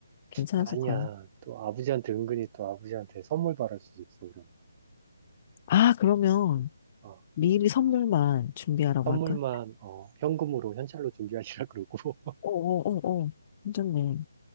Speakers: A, on the left; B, on the right.
A: 괜찮으실
B: 아니야.
A: 거야.
B: 또 아버지한테 은근히 또 아버지한테 선물 바랄 수도 있어, 우리 엄마.
A: 아, 그러면,
B: 어,
A: 미리 선물만 준비하라고
B: 선물만,
A: 할까?
B: 어, 현금으로, 현찰로 준비하시라 그러고, <laughs>
A: 어어어어. 괜찮네.